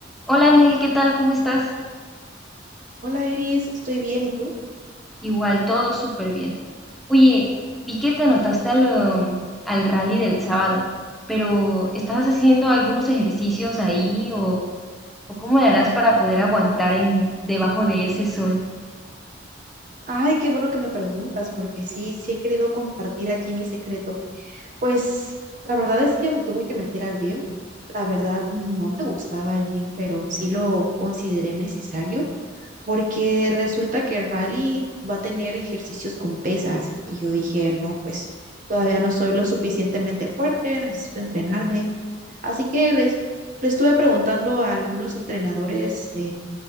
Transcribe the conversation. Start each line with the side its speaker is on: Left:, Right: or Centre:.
Centre: Hola Nel, ¿qué tal? ¿Cómo estás?
Right: Hola Iris, estoy bien, ¿y tú?
Centre: Igual, todo súper bien. Oye, vi que te anotaste al, um, al rally del sábado, pero ¿estás haciendo algunos ejercicios ahí o, o cómo le harás para poder aguantar en, debajo de ese sol?
Right: Ay, qué bueno que me preguntas, porque sí, sí he querido compartir aquí mi secreto. Pues la verdad es que me tuve que meter al gym. La verdad no me gustaba el gym, pero sí lo consideré necesario, porque resulta que Riley va a tener ejercicios con pesas. Y yo dije, no, pues todavía no soy lo suficientemente fuerte, necesito entrenarme. Así que les, le estuve preguntando a algunos entrenadores